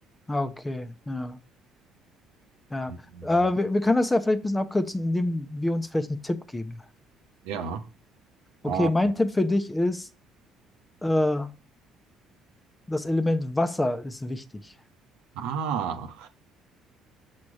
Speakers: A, on the left (about 20°); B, on the right (about 80°).
A: Ah, Okay, ja, ja.
B: Mhm.
A: Äh, wir, wir können das ja vielleicht ein bisschen abkürzen, indem wir uns vielleicht einen Tipp geben.
B: Ja.
A: Okay,
B: Äh,
A: mein Tipp für dich ist, äh, das Element Wasser ist wichtig.
B: ah,